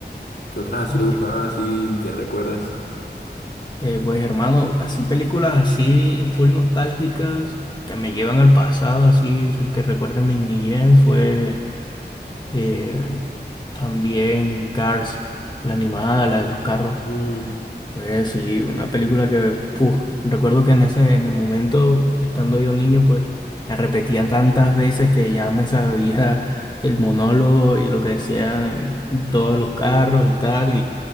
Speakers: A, on the left; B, on the left.
A: ¿Qué otras así
B: entiendo.
A: le gustaban así que recuerdes?
B: Eh, pues hermano, así películas así full nostálgicas que me llevan al pasado, así re- que recuerden mi niñez, fue eh, también Cars, la animada, la de los carros.
A: Mm,
B: Pues sí, una película que, puf, recuerdo que en ese, en el momento, estando yo niño, pues la repetían tantas veces que ya me sabía el monólogo y lo que decían todos los carros y tal,